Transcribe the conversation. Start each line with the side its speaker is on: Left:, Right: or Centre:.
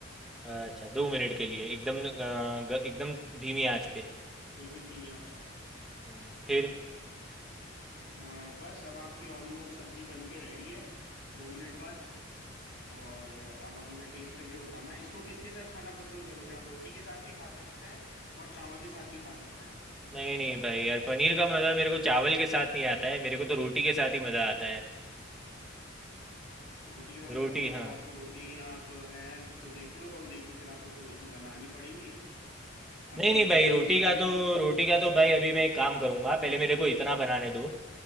Centre: अच्छा दो मिनट के लिए एकदम अ,
Left: हाँ
Centre: ग- एकदम धीमी आंच पे
Left: बिल्कुल धीमी आंच पे
Centre: हाँ, फिर
Left: अ, बस अब आपकी ऑलमोस्ट सब्जी बन के रेडी है दो मिनट बाद और अ, अब आप मुझे टेस्ट करके बताना इसको किसके साथ खाना पसंद करोगे आप रोटी के साथ भी खा सकते हैं और चावल के साथ भी खा सकते हैं
Centre: नहीं नहीं भाई यार पनीर का मज़ा मेरे को चावल के साथ नहीं आता है मेरे को तो रोटी के साथ ही मज़ा आता है
Left: रोटी के साथ मैं
Centre: रोटी
Left: बता दूं, अब
Centre: हाँ
Left: आपको रोटी आप है तो देख लो और नहीं तो फिर आपको थोड़ी सी बनानी पड़ेंगी अगर
Centre: नहीं नहीं
Left: नहीं
Centre: भाई
Left: आती
Centre: रोटी
Left: बनानी
Centre: का तो
Left: तो
Centre: रोटी का तो भाई अभी मैं एक काम करूंगा पहले मेरे को इतना बनाने दो